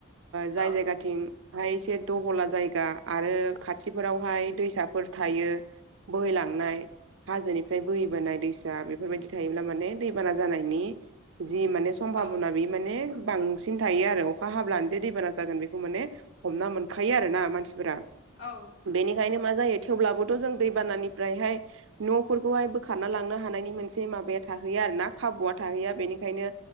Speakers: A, on the right (about 65°); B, on the left (about 60°).
A: जाय
B: औ
A: जायगाथिं हाय एसे दहला जायगा आरो खाथिफोरावहाय दैसाफोर थायो बोहैलांनाय हाजोनिफ्राय बोहैबोनाय दैसा बेफोरबायदि थायोब्ला माने दैबाना जानायनि जि माने सम्भाबना
B: औ
A: बे माने बांसिन थायो आरो अखा हाब्लानो जे दैबाना जागोन बेखौ माने हमना मोनखायो आरो ना मानसिफोरा
B: औ
A: बेनिखायनो मा जायो थेवब्लाबोथ' जों दैबानानिफ्रायहाय न'फोरखौहाय बोखारना लांनो हानायनि मोनसे माबाया थाहैया आरो ना खाबुआ थाहैया बेनिखायनो